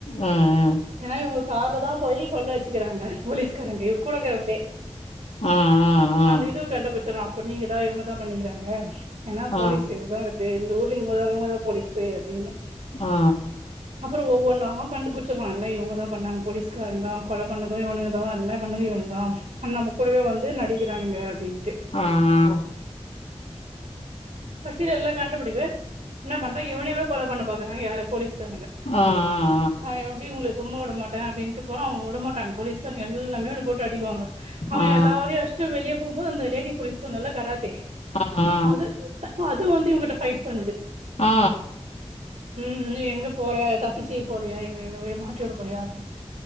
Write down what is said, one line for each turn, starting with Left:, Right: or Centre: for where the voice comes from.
Left: ஆ ஆ
Right: ஏன்னா இவங்க கார்ல தா போய் கொள்ள அடிச்சுக்கிறாங்க போலீஸ்காரங்க இவ கூடக்கிறவங்களே
Left: ம் ம் ம்
Right: அந்த இதுவு கண்டுபிடிச்சிரலா அப்போ நீங்க தா இவங்கதா பண்ணிக்கிறாங்க ஏனா
Left: ம்
Right: போலீஸ் இதுதா வருது இந்த ஊர்ல இவங்கதா இவங்கதா போலீஸு அப்டீன்னு
Left: அ அ
Right: அப்பறம் ஒவ்வொன்னா கண்டுபிச்சுடுவான் இல்ல இவங்கான் பண்ணா போலீஸ்காரங்கதான் கொல பண்ணதும் இவனுங்க எல்லா பண்ணது இவதா நம்ம கூடவே வந்து நடிக்கிறானுங்க அப்டின்ட்டு
Left: ஆஹ்
Right: பசீல் எல்லா கண்டுபிடிது என்ன பண்றா இவனேவே கொல பண்ண பாக்குறா யாரு போலீஸ்காரனுங்க
Left: அ அ
Right: நா எப்டி உங்களை சும்மா விட மாட்டே அப்டின்ட்டு போறா அவங்க உடமாட்டாங்க போலீஸ்காரங்க எல்லாமே இவன போட்டு அடிக்குவாங்க அவ
Left: ஆ
Right: எல்லாரையு அடிச்ட்டு வெளியப் போம்போது அந்த லேடி போலீஸ் சொன்னல்ல கராத்தே
Left: ஆஹா
Right: அது அது வந்து இவங்கிட்ட ஃபைட் பண்ணுது
Left: ஆ
Right: ம் நு எங்க போற தப்பிச்சி போறையா எங்கள எங்கவே மாட்டிவுட போறையா அப்